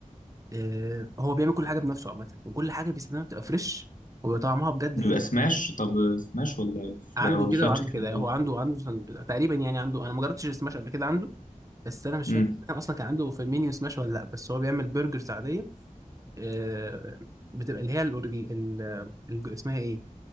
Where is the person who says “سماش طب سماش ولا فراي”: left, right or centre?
Left